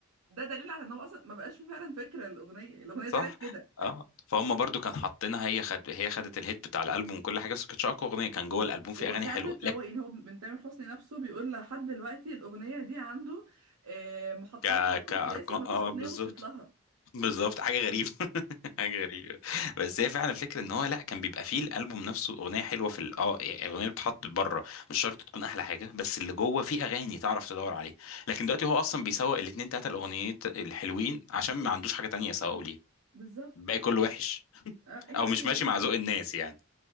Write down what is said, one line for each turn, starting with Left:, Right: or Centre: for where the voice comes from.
Right: ده دليل على ان هو اصلا ما بقاش فيه فعلا فكرة الأغنية الأغنية
Left: صح
Right: طلعت كده
Left: اه فهم برضو كان حاطينها هي خد هي خدت الهيت بتاع الالبوم وكل حاجه بس ما كانتش اقوى اغنيه كان جوه الالبوم في
Right: وخدت
Left: اغاني حلوه لك
Right: اللي هو يعني هو من تامر حسني نفسه بيقول لحد دلوقتي الأغنية دي عنده آه، محطمة
Left: ك
Right: الرقم
Left: كارقام
Right: القياسي ومفيش
Left: اه
Right: أغنية
Left: بالظبط
Right: وصلت لها
Left: بالظبط حاجه غريبه <laughs> حاجه غريبه بس هي فعلا الفكره ان هو لا كان بيبقى فيه الالبوم نفسه اغنيه حلوه في ال- اه يعني الاغنيه اللي بتتحط بره مش شرط تكون احلى حاجه بس اللي جوه فيه اغاني تعرف تدور عليها لكن دلوقتي هو اصلا بيسوق الاثنين ثلاثه الاغنيات الحلوين عشان ما عندوش حاجه تانية يسوقوا ليها
Right: بالظبط
Left: الباقي كله وحش
Right: اه ايوه
Left: او مش
Right: ايوه
Left: ماشي
Right: والله
Left: مع ذوق الناس يعني